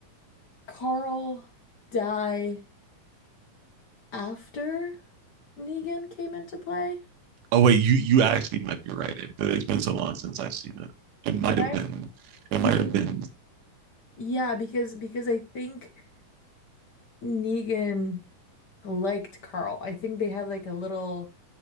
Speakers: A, on the left; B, on the right.
A: Carl die after Negan came into play?
B: Oh wait, you you actually might be right, but it's been so long since I've seen it. It might
A: Right?
B: have been. It might
A: Because
B: have been.
A: yeah, because because I think Negan liked Carl. I think they had like a little